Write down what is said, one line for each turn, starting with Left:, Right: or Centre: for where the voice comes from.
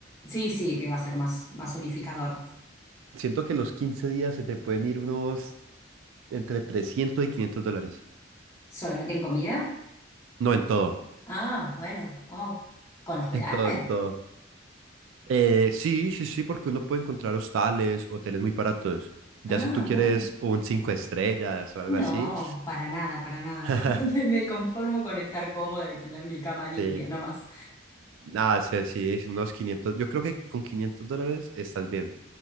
Left: Sí, sí, que va a ser más, más unificador.
Right: Siento que los 15 días se te pueden ir unos entre 300 y 500 dólares.
Left: ¿Solamente en comida?
Right: No, en todo,
Left: Ah, bueno, wow. ¿Con hospedaje?
Right: en todo, en todo. Eh, sí, sí, sí, porque uno puede encontrar hostales, hoteles muy baratos. Ya
Left: Ah,
Right: si tú quieres
Left: bueno.
Right: un 5 estrellas o algo
Left: No,
Right: así.
Left: para nada, para nada.
Right: <laughs>
Left: <laughs> Me conformo con estar cómoda y tener mi cama limpia,
Right: Sí,
Left: no más.
Right: nada, sí, sí, es unos 500. Yo creo que con 500 dólares estás bien.